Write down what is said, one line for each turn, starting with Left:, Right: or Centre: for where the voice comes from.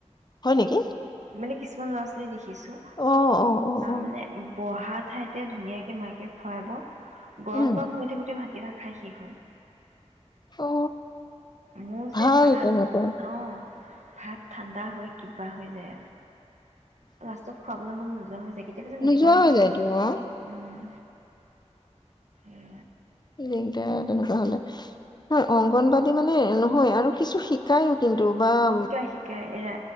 Left: হয় নেকি?
Right: মানে কিছুমান লৰা ছোৱালী কিছো
Left: অ অ অ অ
Right: মানে বহাত ঠাইতে ধুনীয়াকৈ মাকে খুৱাব গৰম
Left: উম
Right: গৰম হৈ থাকোতে ভাতকেইটা খাই শেষ হয়
Left: অ
Right: মোৰ
Left: ভাল
Right: যে ভাত
Left: তেনেকুৱা
Right: অ ভাত ঠাণ্ডা হৈ কিবা হৈ যায় লাষ্টত খুৱাবলৈ মন নোযোৱা হৈ যয় কেতিয়াবা যে
Left: নোযোৱা
Right: নোখুৱাই
Left: হৈ যায়তো অ
Right: উম উ
Left: কেই তেনেকুৱা লে ন অংগনবাদী মানে এ নহয় আৰু কিছু শিকাইও কিন্তু দুবাৰ
Right: শিকাই শিকাই এৰা